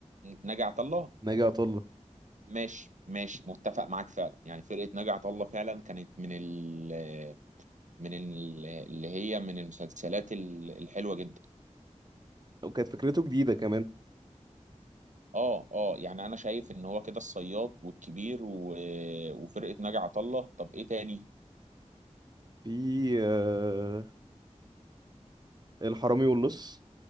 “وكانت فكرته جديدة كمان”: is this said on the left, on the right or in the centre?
Right